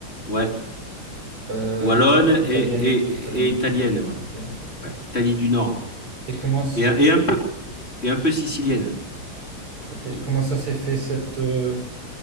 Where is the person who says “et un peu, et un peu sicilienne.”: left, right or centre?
Left